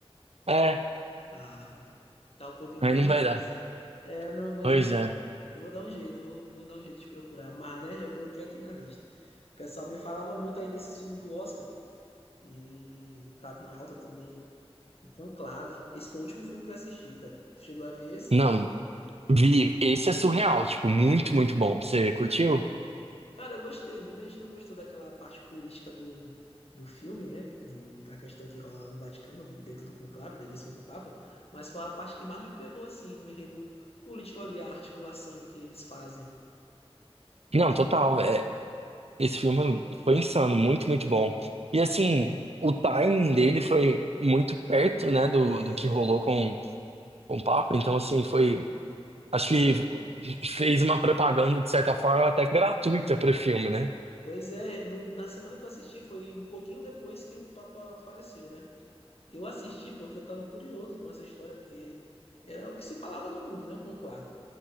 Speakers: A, on the right; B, on the left.
A: É,
B: Ah, tá um pouquinho
A: aí
B: mais
A: não
B: difícil.
A: vai dar.
B: É, não, mas
A: Pois
B: eu,
A: é.
B: eu vou dar um jeito, eu vou, vou dar um jeito de procurar. Mané, já coloquei aqui na lista. O pessoal me falava muito aí desse filme do Oscar, e tava em alta também, o Conclave. Esse foi o último filme que eu assisti, cara. Tu Chegou a ver esse?
A: Não, vi, esse é surreal, tipo, muito, muito bom. Você curtiu?
B: Cara, eu gostei. Muita gente não gostou daquela parte política do, do filme, né? Do- da questão que rola lá no Vaticano, do- dentro do Conclave, da eleição do Papa, mas foi a parte que mais me pegou, assim, o enredo político ali, a articulação que eles fazem. dentro
A: Não, total,
B: do filme.
A: é, esse filme foi insano, muito, muito bom. E assim, o timing dele foi muito perto, né, do,
B: É,
A: do que rolou com, com o Papa, então assim, foi, acho que fez uma propaganda, de certa forma, até gratuita pro filme, né?
B: pois é, no- na semana que eu assisti foi um pouquinho depois que o Papa faleceu, né? Eu assisti porque eu estava curioso com essa história, porque era o que se falava no mundo, né? O Conclave.